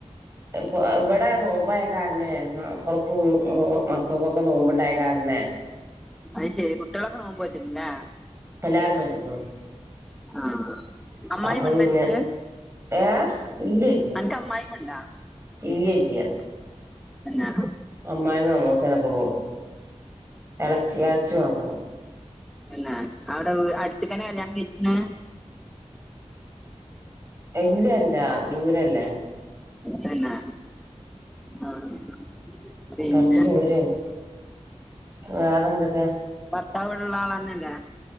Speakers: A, on the right; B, in the centre.
A: അപ്പൊ <unintelligible> ക്വ നോമ്പായക്കാരണെ <unintelligible> മക്കൾക്ക് മക്കൾക്കൊക്കെ നോമ്പുണ്ടായക്കാരണെ
B: അഹ് ശെരി കുട്ട്യെളിക്കെ നോുമ്പോറ്റ് ണ്ല്ലേ
A: എല്ലാരും നോറ്റ്ക്ക്ണ്
B: ആഹ് അമ്മായിമ്മണ്ടോ
A: അപ്പൊ പിന്നെ
B: അനക്ക്
A: ഏഹ് ഇല്ല്യല്ല
B: അനക്ക് അമ്മായിമ്മണ്ടോ
A: ഇല്ല്യല്ല
B: ആഹ്
A: അമ്മായിമ് അമ്മോസനൊക്കെ പോ ഉം എളച്ചി എളച്ചി മാത്ര
B: അല്ല ഔടെ അടുത്ത്ക്കന്നെ കല്യാണം കഴിച്ക്ക്ണ്
A: എല്ലല്ല ഊരല്ലേ
B: പിന്നെ ആഹ് പിന്നെ
A: കൊറച്ച് ദൂരെയാണ് വേറെന്തൊക്കെ
B: ഭർത്താവ്ടുള്ള ആളാന്നല്ലെ